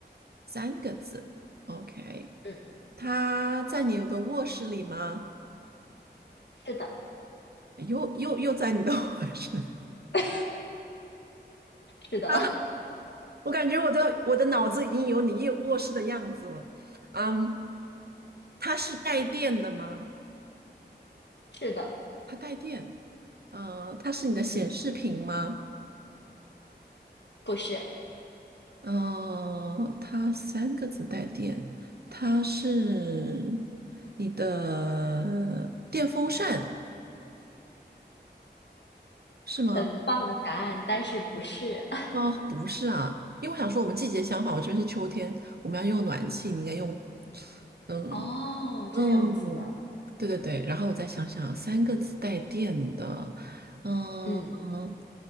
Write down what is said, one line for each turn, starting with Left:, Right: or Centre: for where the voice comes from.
Right: 三个字，OK。
Left: 嗯，
Right: 他在你的卧室里吗？
Left: 是的，
Right: 又又又在你的 <laughs> 卧室里
Left: <laughs> 是的，
Right: 啊！我感觉我的我的脑子已经有你夜卧室的样子了。嗯，它是带电的吗？
Left: 是的，
Right: 它带电。嗯、呃它是你的显示屏吗？
Left: 嗯，不是，
Right: 嗯、呃它三个字带电，它是你的电风扇是吗？
Left: 很棒的答案，但是不是？<laughs>
Right: 哦，不是啊，因为我想说我们季节相反，我这边是秋天，我们要用暖气，你应该用嗯
Left: 哦，
Right: 嗯，
Left: 这样子的，
Right: 对对对，然后我再想想，三个字带电的，嗯嗯，
Left: 嗯，